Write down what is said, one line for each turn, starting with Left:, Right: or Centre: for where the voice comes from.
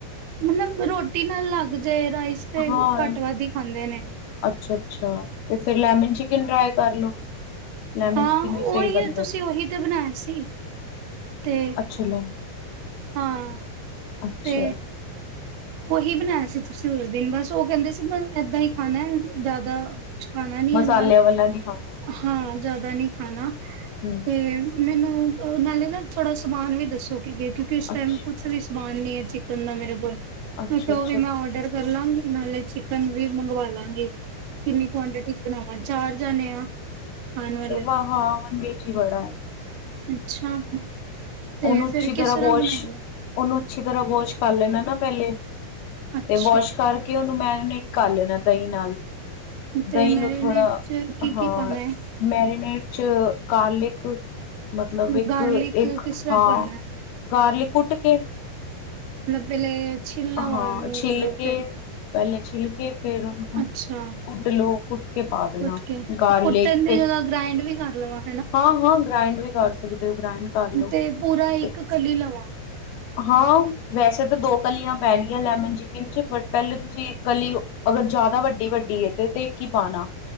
Right: ਮੱਤਲਬ ਰੋਟੀ ਨਾਲ਼ ਲੱਗ ਜਾਏ। ਰਾਈਸ ਤੇ
Left: ਹਾਂ
Right: ਘੱਟ ਵੱਧ ਹੀ ਖਾਂਦੇ ਨੇਂ।
Left: ਅੱਛਾ ਅੱਛਾ। ਤੇ ਫੇਰ ਲੈਮਨ ਚਿਕਨ ਟ੍ਰਾਈ ਕਰ ਲੋ ਲੈਮਨ
Right: ਹਾਂ,
Left: ਚਿਕਨ ਵੀ
Right: ਉਹੀ
Left: ਸਹੀ ਬਣਦਾ
Right: ਤੁਸੀਂ ਉਹੀ ਤੇ ਬਣਾਏ ਸੀ। ਤੇ
Left: ਅੱਛਾ ਲੈ
Right: ਹਾਂ
Left: ਅੱਛਾ
Right: ਤੇ ਉਹੀ ਬਣਾਇਆ ਸੀ, ਤੁਸੀਂ ਉਸ ਦਿਨ, ਬਸ ਉਹ ਕਹਿੰਦੇ ਸੀ ਬ ਏਦਾਂ ਹੀ ਖਾਣਾ ਜ਼ਿਆਦਾ ਕੁਛ, ਖਾਣਾ ਨਈ
Left: ਮਸਾਲਿਆਂ
Right: ਹੈ ਨਾਲ
Left: ਵਾਲਾ ਨਹੀਂ ਖਾਣਾ
Right: ਹਾਂ ਜ਼ਿਆਦਾ, ਨਹੀਂੀ ਖਾਣਾ
Left: ਹਮ
Right: ਤੇ ਮੈਨੂੰ ਨਾਲੇ ਨਾ ਥੋੜਾ ਸਮਾਨ ਵੀ ਦੱਸੋ ਕਿ ਕਿਉਂਕਿ ਇਸ ਟਾਈਮ
Left: ਅੱਛਾ
Right: ਕੁਛ ਵੀ ਸਮਾਨ ਮੰਨ ਲਈਏ, ਚਿਕਨ ਦਾ ਮੇਰੇ ਕੋਲ
Left: ਅੱਛਾ
Right: ਉਹ
Left: ਅੱਛਾ
Right: ਵੀ ਮੈਂ ਆਰਡਰ ਕਰ ਲਾਂਗੀ ਨਾਲੇ ਚਿਕਨ ਵੀ ਮੰਗਵਾ ਲਾਂ <unintelligible> ਕਿੰਨੀ ਕੁਆਂਟਿਟੀ ਚ ਬਣਾਵਾਂਗੇ। ਚਾਰ ਜਣੇ ਆ। ਖਾਣ
Left: ਅੱਛਾਵਾ,
Right: ਵਾਲੇ
Left: ਵਿੱਚ ਹੀ ਬੜਾ ਹੈ
Right: ਅੱਛਾ ਤੇ
Left: ਓਹਨੂੰ ਅੱਛੀ,
Right: ਫੇਰ
Left: ਤਰ੍ਹਾਂ
Right: ਕਿਸ
Left: ਵਾਸ਼
Right: ਬਣਾਈਏ
Left: ਉਨਹੂ ਅੱਛੀ ਤਰ੍ਹਾਂ ਬੋਸ਼ ਕਰ ਲੈਣਾ, ਨਾ ਪਹਿਲੇ
Right: ਅੱਛਾ
Left: ਤੇ ਵਾਸ਼ ਕਰਕੇ ਉਹਨੂੰ ਮੈਂ ਮਿੱਕ ਕਰ ਲੈਣਾ ਦਈ ਨਾਲ।
Right: ਤੇ
Left: ਦਹੀਂ
Right: ਮੈਰੀਨੇਡ
Left: ਨੂੰ ਥੋੜ੍ਹਾ
Right: ਚ ਕੀ-ਕੀ
Left: ਹਾਂ
Right: ਪਾਣਾ ਹੈ।
Left: ਮੈਰੀਨੇਟ 'ਚ' ਗਾਰਲਿਕ, ਮਤਲਬ ਇੱਕ-ਇੱਕ
Right: ਗਾਰਲਿਕ ਕਿਸ ਤਰ੍ਹਾਂ
Left: ਹਾਂ,
Right: ਪਾਣਾ ਹੈ?
Left: ਗਾਰਲਿਕ ਕੁੱਟ ਕੇ,
Right: ਪਹਿਲੇ ਛਿੱਲਾਂ
Left: ਹਾਂ,
Right: ਮਾਰ ਲੂ
Left: ਛਿਲ ਕੇ।
Right: ਫਿਰ
Left: ਪਹਿਲੇ ਛਿਲ ਕੇ ਫੇਰ ਉਹਨੂੰ
Right: ਅੱਛਾ
Left: ਕੁੱਟ ਲਓ, ਕੁੱਟ ਕੇ ਪਾ
Right: ਕੁੱਟ
Left: ਦੇਣਾ
Right: ਕੇ
Left: ਗਾਰਲਿਕ
Right: ਕੁੱਟਣ ਦੀ
Left: ਫਿਰ
Right: ਜਗ੍ਹਾ <unintelligible>
Left: ਹਾਂ-ਹਾਂ, ਗ੍ਰਾਇੰਡ ਵੀ, ਕਰ ਸਕਦੇ। ਹੋ ਗ੍ਰਾਇੰਡ ਕਰ ਲਓ
Right: ਤੇ ਪੂਰਾ
Left: ਤੇ
Right: ਇੱਕ ਕਲੀ ਲਵਾਂ
Left: ਹਾਂ ਵੈਸੇ ਤਾਂ ਦੋ ਕਲੀਆਂ ਪੈਣਗੀਆਂ ਲੈਮਨ ਚਿਕਨ ਚ ਬਟ ਪਹਿਲੇ ਤੁਸੀਂ ਕਲੀ ਅਗਰ ਜ਼ਿਆਦਾ ਵੱਡੀ ਵੱਡੀ ਹੈ ਤੇ ਤੇ ਇੱਕ ਹੀ ਪਾਣਾ